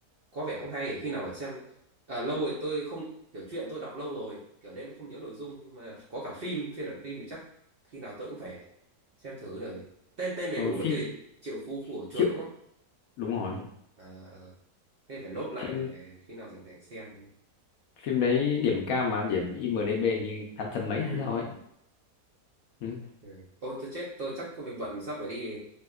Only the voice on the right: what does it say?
có vẻ cũng hay khi nào phải xem à, lâu rồi tôi không kiểu chuyện tôi đọc lâu rồi kiểu nên cũng không nhớ nội dung nhưng mà có cả phim phiên bản phim thì chắc khi nào tôi cũng phải xem thử rồi tên tên đầy
đủ
là cái gì Triệu Phú Của Chuột
đúng không
à, ờ, thế phải nốt lại
để khi nào rảnh rảnh xem
ừ,
ừ,
ừ. Ô tôi chết tôi chắc có việc bận sắp phải đi